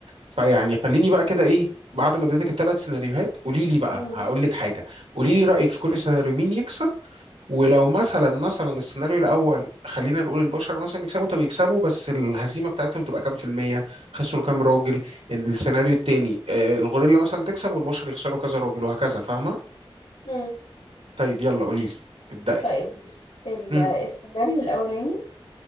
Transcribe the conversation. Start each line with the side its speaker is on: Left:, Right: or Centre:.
Right: فيعني خليني بقى كده إيه بعد ما اديتك الثلاث سيناريوهات قولي لي بقى
Left: هم.
Right: هقول لك حاجة قولي لي رأيك في كل سيناريو مين يكسب ولو مثلا مثلا السيناريو الاول خلينا نقول البشر مثلا يكسبوا طب يكسبوا بس الهزيمه بتاعتهم تبقى كام في الميه خسروا كام راجل السيناريو التاني آه، الغوريلا مثلا تكسب والبشر يخسروا كذا راجل وهكذا فاهمة
Left: هم.
Right: طيب يلا قولي لي ابدأي
Left: طيب بص ال-
Right: مم.
Left: السيناريو الأولاني